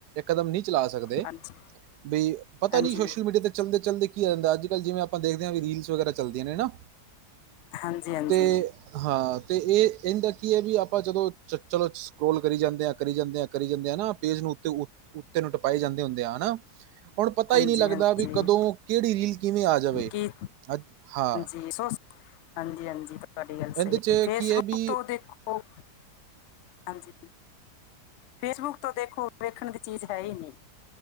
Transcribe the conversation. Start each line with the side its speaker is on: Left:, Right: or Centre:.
Right: ਕਦਮ ਨਹੀਂ ਚਲਾ ਸਕਦੇ,
Left: ਹਾਂਜੀ
Right: ਬਈ ਪਤਾ
Left: ਹਾਂਜੀ
Right: ਨਹੀਂ ਸੋਸ਼ਲ ਮੀਡੀਆ ਤੇ ਚਲਦੇ ਚਲਦੇ ਕੀ ਜਾਂਦਾ ਅੱਜ ਕੱਲ੍ਹ ਜਿਵੇਂ, ਆਪਾਂ ਦੇਖਦੇ ਹਾਂ ਵੀ ਰੀਲਸ ਵਗੈਰਾ ਚੱਲਦੀਆਂ ਨੇ ਹਨ ਨਾ
Left: ਹਾਂਜੀ ਹਾਂਜੀ
Right: ਤੇ ਹਾਂ, ਤੇ ਇਹ ਇਹਦਾ ਕੀ ਹੈ ਵੀ ਆਪਾਂ ਜਦੋਂ ਚਲੋ ਸਕਰੋਲ ਕਰੀ ਜਾਂਦੇ ਆ, ਕਰੀ ਜਾਂਦੇ ਆ, ਕਰੀ ਜਾਂਦੇ ਆ ਨਾ ਪੇਜ ਨੂੰ ਉੱਤੇ, ਉੱਤੇ ਨੂੰ ਟਪਏ ਜਾਂਦੇ ਹੁੰਦੇ ਆ ਹਨਾ ਹੁਣ ਪਤਾ
Left: ਹਾਂਜੀ
Right: ਹੀ ਨਹੀਂੀ ਲੱਗਦਾ
Left: ਹਾਂਜੀ
Right: ਵੀ ਕਦੋਂ ਕਿਹੜੀ ਰੀਲ ਕਿਵੇਂ ਆ ਜਾਵੇ
Left: ਕੀ
Right: ਅ ਹਾਂ
Left: <unintelligible> ਹਾਂਜੀ -ਹਾਂਜੀ ਤੁਹਾਡੀ ਗੱਲ
Right: ਇਹਦੇ
Left: ਸਹੀ
Right: 'ਚ
Left: ਹੈ, ਫੇਸਬੁੱਕ
Right: ਕੀ ਵੀ
Left: ਤੋਂ ਦੇਖੋ-, ਹਾਂਜੀ ਫੇਸਬੁੱਕ ਤੋਂ ਦੇਖੋ, ਵੇਖਣ ਦੀ ਚੀਜ਼ ਹੈ ਹੀ ਨ